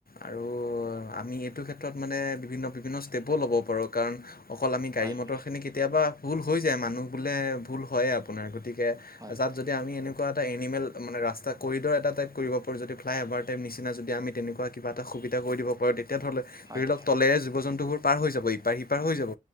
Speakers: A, on the left; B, on the right.
A: আৰু আমি এইটো ক্ষেত্ৰত মানে বিভিন্ন বিভিন্ন ষ্টেপো ল'ব পাৰোঁ। কাৰণ- অকল আমি গাড়ী
B: হয়
A: মটৰখিনি কেতিয়াবা ভুল হৈ যায়‌ মানুহ বোলে ভুল হয়ে আপোনাৰ, গতিকে-
B: হয়
A: আজাদ- যদি আমি এনেকুৱা এটা এনিমেল মানে ৰাস্তা কৰিডৰ এটা টাইপ কৰিব পাৰোঁ, যদি ফ্লাই অভাৰ টাইপ নিচিনা যদি আমি তেনেকুৱা- কিবা এটা সুবিধা কৰি দিব পাৰো তেতিয়া ধৰি লও
B: হয়,
A: ধৰি লওঁক তলেৰে জীৱ- জন্তুবোৰ পাৰ হৈ যাব ইপাৰ- সিপাৰ হৈ যাব।